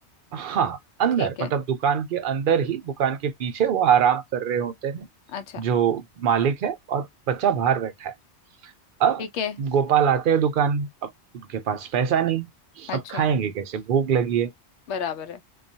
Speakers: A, on the right; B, on the left.
A: हाँ अंदर
B: ठीक है
A: मतलब दुकान के अंदर ही दुकान के पीछे वो आराम कर रहे होते हैं
B: अच्छा
A: जो मालिक है और बच्चा बाहर बैठा है अब
B: ठीक है
A: गोपाल आते हैं दुकान में, अब उनके पास पैसा नहीं
B: अच्छा
A: अब खाएंगे कैसे भूख लगी है
B: बराबर है